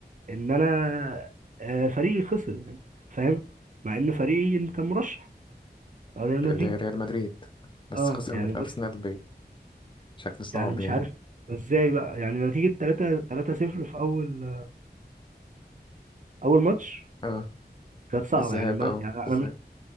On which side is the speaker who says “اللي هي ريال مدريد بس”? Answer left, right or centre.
Left